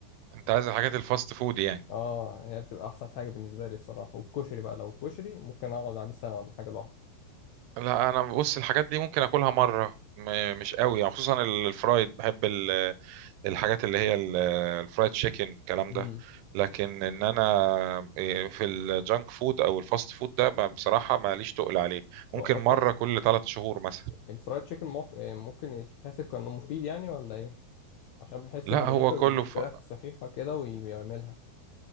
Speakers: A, on the right (about 85°); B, on the left (about 80°).
A: انت عايز الحاجات الفاست فود يعني
B: اه هي بتبقى احسن حاجه بالنسبه لي الصراحه والكشري بقى لو كشري ممكن اقعد عليه سنه ولا حاجه لوحده
A: لا انا بص الحاجات دي ممكن اكلها مره م- مش قوي يعني خصوصا الفرايد بحب الحاجات اللي هي الفرايد تشيكن الكلام
B: امم
A: ده لكن ان انا إيه، في الجانك فود او الفاست فود ده ب- بصراحه ماليش تقل عليه ممكن
B: هو اصلا
A: مره كل ثلاث شهور مثلا
B: الفرايد تشيكن ممكن يتحسب كأنه مفيد يعني ولا ايه عشان بحس
A: لا
B: ان بازوكا
A: هو كله
B: بيجيب
A: ف...
B: فراخ صحيحة كده وبيعملها